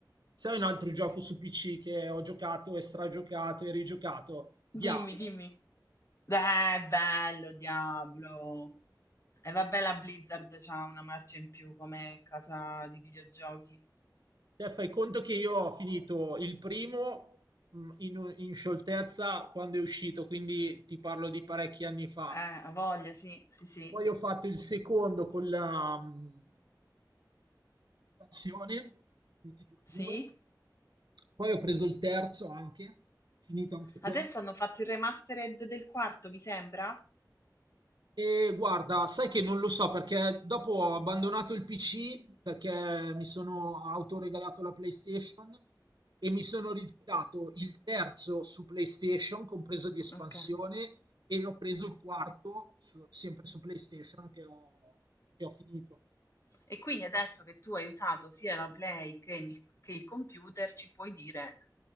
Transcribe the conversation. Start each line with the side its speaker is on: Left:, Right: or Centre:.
Right: Sai un altro gioco
Left: sì.
Right: su PC che ho giocato e stragiocato e rigiocato? Diablo.
Left: Dimmi, dimmi. Eh, bello, Diablo. E vabbè, la Blizzard c'ha una marcia in più come casa di videogiochi.
Right: Te fai conto che io ho finito il primo mh, in, un- in scioltezza quando è uscito, quindi ti parlo di parecchi anni fa.
Left: Eh, ha voglia, sì, sì, sì.
Right: Poi ho fatto il secondo con la mh, espansione, quindi tutti e due.
Left: Sì?
Right: Poi ho preso il terzo anche, finito anche
Left: Adesso
Right: quello.
Left: hanno fatto il remastered del quarto, mi sembra?
Right: E guarda, sai che non lo so perché dopo ho abbandonato il PC perché mi sono autoregalato la PlayStation e mi sono rigiocato il terzo su PlayStation, compreso di espansione,
Left: Ok.
Right: e ho preso il quarto su- sempre su PlayStation che ho, che ho finito.
Left: E quindi adesso che tu hai usato sia la Play che il, che il computer, ci puoi dire